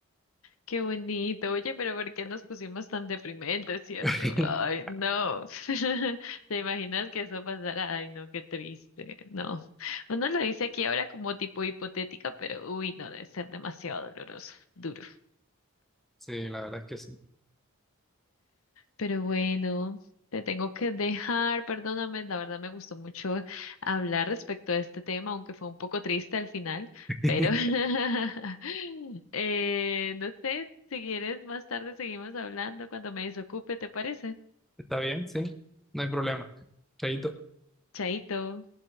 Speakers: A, on the left; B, in the centre.
A: Qué bonito. Oye, pero ¿por qué nos pusimos tan deprimentes, cierto?
B: <laughs>
A: Ay, no. <laughs> ¿Te imaginas que eso pasara? Ay, no, qué triste. No. Uno lo dice aquí ahora como tipo hipotética, pero uy, no, debe ser demasiado doloroso, duro.
B: Sí, la verdad es que sí.
A: Pero bueno, te tengo que dejar, perdóname, la verdad me gustó mucho hablar respecto a este tema, aunque fue un poco triste al final,
B: <laughs>
A: pero <laughs> eh, no sé, si quieres más tarde seguimos hablando cuando me desocupe, ¿te parece?
B: Está bien, sí, no hay problema. Chaito.
A: Chaito.